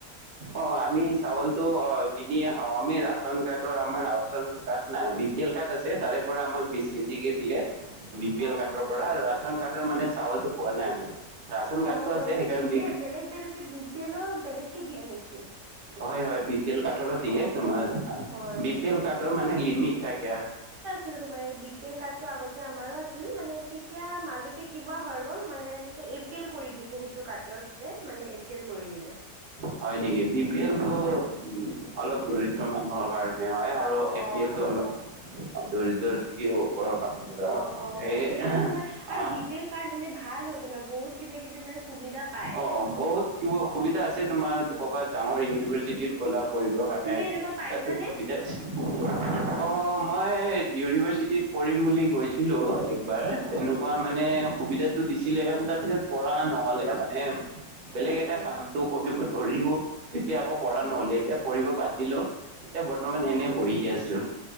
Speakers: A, on the right; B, on the right.
A: অ আমি চাউলতো অ কিনিয়ে খাওঁ আমি ৰাচন কাৰ্টৰ আমাৰ ৰাচন কাৰ্ট নাই বি পি এল কাট আছে তাৰে পৰা আমাক দিছে কেজিকে দিয়ে বি পি
B: অ
A: এল কাৰ্টৰ
B: হয় নেকি
A: পৰা আৰু ৰাচন কাৰ্টৰ মানে চাউলটো পোৱা নাই আমি। ৰাচন
B: অ
A: কাৰ্ডটো
B: হয়
A: আছে সেইকাৰণে
B: নেকি
A: বি
B: এ বেলেগ বেলেগকে বি পি এলৰ বেলেগকে দিয়ে নেকি
A: হয় হয় বি পি এল কাৰ্টৰো দিয়ে
B: অ
A: তোমাৰ
B: অ হয়
A: বি পি এল কাৰ্টৰ মানে লিমিট থাকে।
B: ছিল তোমাৰ এ বি পি এল কাৰ্টটো আগতে আমাৰ আছিল মানে তেতিয়া মাজতে কিবা হৈ গ'ল মানে তেতিয়া এইব পিল কৰি দিছে সেইটো কাৰ্ডতে মানে এ পি এল কৰি দিলে।
A: হয় নেকি বি পি এল টো
B: সেই
A: উম অলপ দৰিদ্ৰ মানুহৰ কাৰণে নে হয় আৰু
B: অ
A: এ
B: অ
A: পি এলটো
B: হয়
A: অলপ আ দৰিদ্ৰ থাকি ওপৰ ওপৰ মানুহবোৰৰ
B: অ অ হয়
A: এই এহ‌
B: সেইটো তোমাৰ আৰু
A: আ
B: বি পি এল কাৰ্ড হ'লে ভাল হয় তোমাৰ বহুত কিবা কিবি মানে সুবিধা পায়
A: অ বহুত কিবা সুবিধা আছে তোমাৰ
B: উম
A: কবাত ডাঙৰ ইউনিভাৰ্চিটিত গ'লা পঢ়িব
B: উম উম
A: কাৰণে।
B: তুমি এনেকুৱা পাইছানে
A: তাতে সুবিধা দিছে অ মই ইউনিভাৰ্চিটিত পঢ়িম বুলি গৈছিলোঁ। একবাৰ
B: আচ্ছা
A: তেনেকুৱা মানে সুবিধাটো দিছিলে তাৰপিছত পঢ়া নহ'লে মানে বেলেগ
B: অ
A: এটা
B: অ
A: কামটো কৰিব ধৰিলো তেতিয়া আকৌ পঢ়া
B: অ
A: নহ'লে এতিয়া পঢ়িব বাদ দিলো। এতিয়া বৰ্তমান
B: অ
A: এনে বহি আছো।